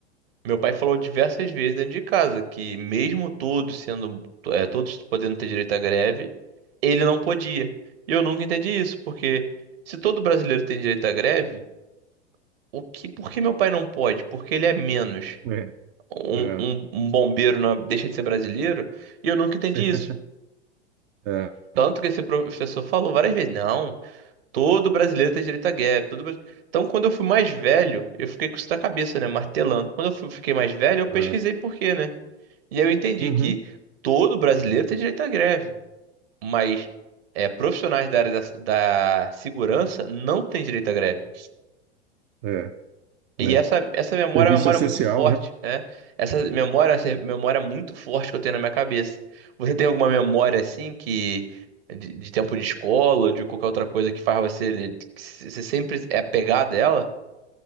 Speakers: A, on the right; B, on the right.
A: meu pai falou diversas vezes dentro de casa que, mesmo todos sendo, é, todos podendo ter direito à greve, ele não podia. E eu nunca entendi isso, porque se todo brasileiro tem direito à greve, o que, por que meu pai não pode? Porque ele é menos.
B: É,
A: Um,
B: é,
A: um- um bombeiro não é- deixa de ser brasileiro? E eu nunca entendi
B: <laughs>
A: isso.
B: é,
A: Tanto que esse professor falou várias vezes, não, todo brasileiro tem direito à guerra, todo... brasi-" Então, quando eu fui mais velho, eu fiquei com isso na cabeça, né, martelando. Quando eu fu- fiquei mais velho, eu pesquisei
B: é,
A: por quê, né? E aí eu entendi
B: uhum,
A: que todo brasileiro tem direito à greve, mas é, profissionais da área da, da segurança não têm direito à greve.
B: é,
A: E
B: é.
A: essa, essa memória
B: Serviço
A: é uma memória
B: essencial,
A: muito forte,
B: né?
A: né? Essa memória, essa memória muito forte que eu tenho na minha cabeça. Você tem alguma memória assim que de, de tempo de escola, ou de qualquer outra coisa que faz você, le- que c- você sempre é apegado a ela?